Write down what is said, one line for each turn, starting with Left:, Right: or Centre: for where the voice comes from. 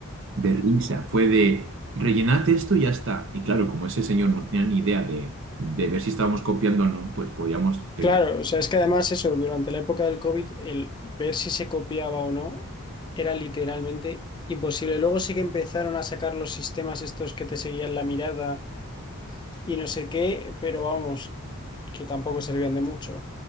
Right: de risa. Fue de, rellenad esto y ya está. Y claro, como ese señor no tenía ni idea de, de ver si estábamos copiando o no, pues podíamos tener...
Left: Claro, o sea, es que además eso, durante la época del COVID, el ver si se copiaba o no era literalmente imposible. Luego sí que empezaron a sacar los sistemas estos que te seguían la mirada y no sé qué, pero vamos, que tampoco servían de mucho.